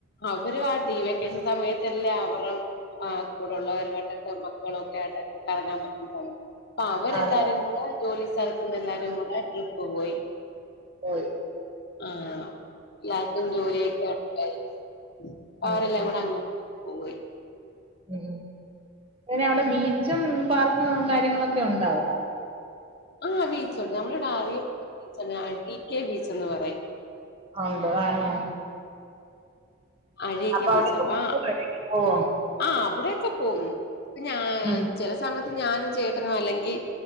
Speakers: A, on the left (about 50°); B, on the right (about 25°).
A: അവരും ആഹ് ടീ വെക്കേഷ സമയത്തല്ലേ അവറെ ആഹ് കൂടെള്ളവരുവാട്ടൊക്കെ മക്കളൊക്കെ ആയിട്ട്ക്കെ കറങ്ങാൻ പറ്റുന്ന് സമയം ആഹ് അവരെല്ലാരും
B: അതെ
A: കൂടെ ജോലി സ്ഥലത്ത്ന്നെല്ലാരും കൂടെ ട്രിപ്പ് പോയി
B: പോയ്‌
A: ആഹ് ല്ലാർക്കും ജോലിയൊക്കെണ്ടല്ലൊ അപ്പ
B: ഉം
A: അവരെല്ലാം കൂടെ അങ്ങനെ ട്രിപ്പ്‌ പോയി
B: ഉം പിന്നെ അവിടെ ബീച്ചും പാർക്കും കാര്യങ്ങളൊക്കെ ഉണ്ടാവടെ
A: ആഹ് ബീച്ചുണ്ട് നമ്മളിവ്ടെ അറിയപ്പെട്ട ബീച്ചാണ് അഴീക്കെ ബീച്ചെന്ന് പറയും
B: ഒണ്ട് ആഹ്
A: അഴീക്കെ
B: അപ്പൊ
A: ബീച്ചപാ
B: അവിടേക്ക് പോവോ ഇടക്ക് പോവോ
A: ആഹ് അവിടെ‌ക്കെ പോവും പ്പംഞാ
B: ഉം
A: ചെല സമയത്ത് ഞാനും ചേട്ടനും അല്ലെങ്കി